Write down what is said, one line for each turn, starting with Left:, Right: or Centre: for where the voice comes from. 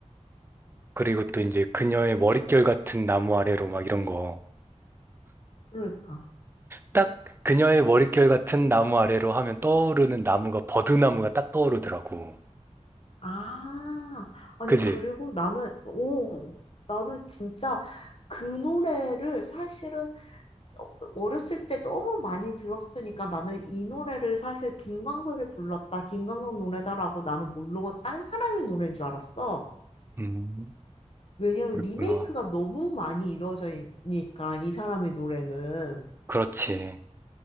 Right: 그리고 또 이제 그녀의 머릿결 같은 나무 아래로 막 이런 거.
Left: 그러니까.
Right: 딱 그녀의 머릿결 같은 나무 아래로 하면 떠오르는 나무가 버드나무가 딱 떠오르더라고.
Left: 아, 아니,
Right: 그지?
Left: 그리고 나는, 오, 나는 진짜 그 노래를 사실은 어- 어렸을 때 너무 많이 들었으니까 나는 이 노래를 사실 김광석이 불렀다, 김광석 노래다라고 나는 모르고 딴 사람의 노래인 줄 알았어.
Right: 음,
Left: 왜냐면
Right: 그랬구나.
Left: 리메이크가 너무 많이 이루어져 있으니까 이 사람의 노래는
Right: 그렇지.